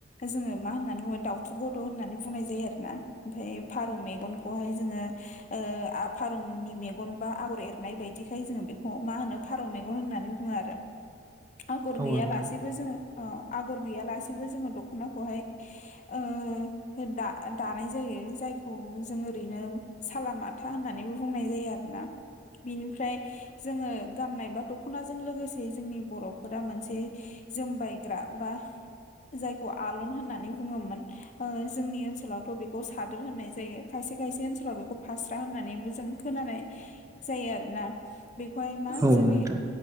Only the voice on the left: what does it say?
जोङो मा होननानै बुङो दाउथु गद' होननानै बुंनाय जायो आरो ना ओमफ्राय फारौ मेगनखौहाय जोङो ओ आ फारौनि मेगन बा आगर एरनाय बायदिखाय जोङो बेखौ मा होनो फारौ मेगन होननानै बुङो आरो।
आगर
गैयालासेबो
जोङो ओ आगर गैयालासेबो जोङो दख'नाखौहाय ओ दा दानाय जायो जायखौ जों ओरैनो सालामाथा होननानैबो बुंनाय जायो आरोना बिनिफ्राय जोङो गाननाय बा दख'नाजों लोगोसे जोंनि बर'फोरा मोनसे जोमबायग्रा बा जायखौ आलन होननानै बुङोमोन। ओ जोंनि ओनसोलावथ' बेखौ सादोर होननाय जायो खायसे खायसे ओनसोलाव बे फास्रा होननानैबो जों खोनानाय जायो आरोना। बेखौहाय मा
जोंनि